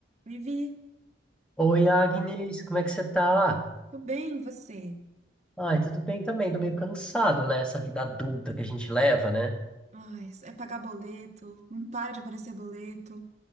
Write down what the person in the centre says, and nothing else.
Oi, Agnes, como é que você tá?
Ai, tudo bem também, tô meio cansado, né? Essa vida adulta que a gente leva, né?